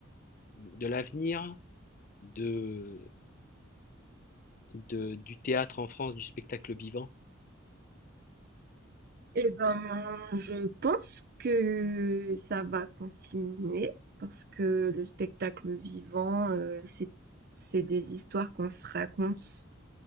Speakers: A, on the left; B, on the right.
A: de l'avenir de de du théâtre en France, du spectacle vivant?
B: Et ben, je pense que ça va continuer parce que le spectacle vivant, euh, c'est c'est des histoires qu'on se raconte.